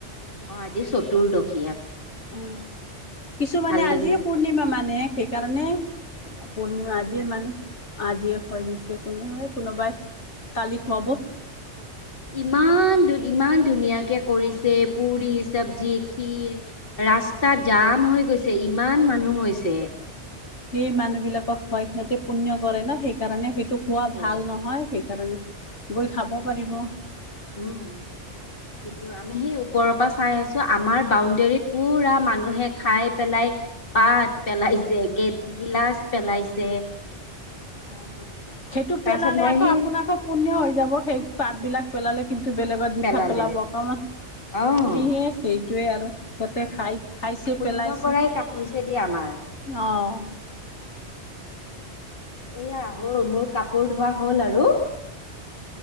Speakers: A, on the left; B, on the left.
A: অ, আজি চতৰ্দশী
B: উম, কিছুমানে
A: লাগিছে
B: আজিয়ে পূৰ্ণিমা
A: দিয়া
B: মানে সেইকাৰণে অ, পূৰ্ণিমা আজিয়ে মানে আজিয়ে হয় নিছে একো নহয় কোনোবাই কালি খুৱাব।
A: ইমান দুদিনমান ধুনীয়াকে কৰিছে পুৰি, চব্জি, খীৰ ৰাস্তাত জাম হৈ গৈছে, ইমান মানুহ হৈছে।
B: সেই মানুহ বিলাকক খুৱাই সিহঁতে পুণ্য কৰে ন! সেইকাৰণে সেইটো খোৱা
A: সেই
B: ভাল নহয় সেই কাৰণে গৈ খাব পাৰিব।
A: উম। কিন্তু আমি সেই ওপৰৰ পৰা চাই আছো। আমাৰ বাউণ্ডৰীত পুৰা মানুহে খাই পেলাই পাত পেলাইছে, গ গিলাচ পেলাইছে
B: অঁ সেইটো
A: তাৰপিছত
B: পেলালে
A: মই
B: আকৌ
A: সেই
B: আপোনালোকৰ আকৌ পুণ্য হৈ যাব, সেই পাত বিলাক পেলালে'- কিন্তু বেলেগত জুঠা
A: পেলালে
B: পেলাব অকণমান
A: অ',
B: ইহে সেইটোৱে আৰু সিহঁতে খাই খাইছে,
A: পুণ্য
B: পেলাইছে
A: কৰাই কাম হৈছে দিয়া আমাৰ।
B: অঁ
A: এয়া হ'ল, মোৰ কাপোৰ ধোৱা হ'ল আৰু